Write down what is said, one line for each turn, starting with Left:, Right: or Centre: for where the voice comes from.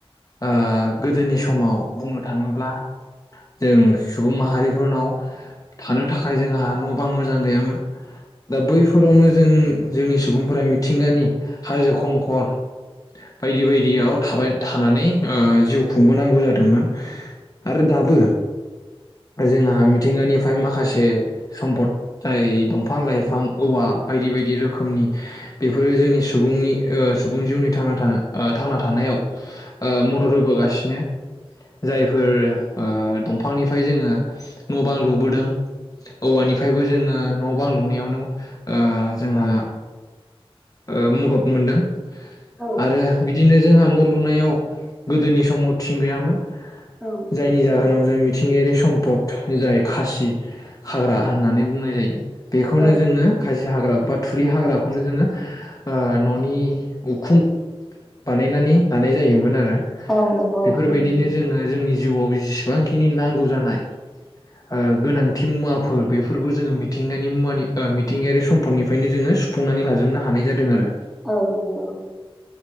Left: ओ गोदोनि समाव बुंनो थाङोब्ला जों सुबुं माहारिफोरनाव थानो थाखाय जोंहा न' बां मोजां गैयामोन दा बै फोरावनो जों जोंनि सुबुंफोरा मिथिंगानि हाजो खंखर बायदि बायदियाव थाबाय थानानै ओ जिउ खुंबोनांगौ जादोंमोन। आरो दाबो जोंहा मिथिंगानिफ्राय माखासे सम्पद जाय दंफां लाइफां। औवा बायदि बायदि रोखोमनि बेफोरो जोंनि सुबुंनि ओ सुबुं जिउनि ओ थां थांना थांना थानायाव मदद होबोगासिनो। जायफोर ओ दंफांनिफ्राय जोङो न' बां लुबोदों औवानि फ्रायबो जोङो न' बां लुनायावनो ओ जोंहा ओ मदद मोनदों
Centre: औ
Left: आरो बिदिनो जोंहा न' लुनायाव गोदोनि समाव थिं गैयामोन।
Centre: औ नंगौ
Left: जायनि जाहोनाव जों मिथिंगायारि सम पद जाय खासि हाग्रा होननानै बुंनाय जायो बेखौनो
Centre: औ
Left: जोङो खासि हाग्रा बा थुरि हाग्राखौ खौनो जोङो न'नि खुम बानायनानै लानाय जायोमोन आरो
Centre: औ नंगौ
Left: बेफोरबायदिनो जोङो जोंनि जिउआव जेसेबांखिनि नांगौ जानाय ओ गोनांथि मुवाफोर बेफोरखौ जोङो मिथिंगानि मुवानि ओ मिथिंगायारि सम्फदनिफ्रायनो जोङो बुंनानै लाजोबनो हानाय जादों आरो
Centre: औ नंगौ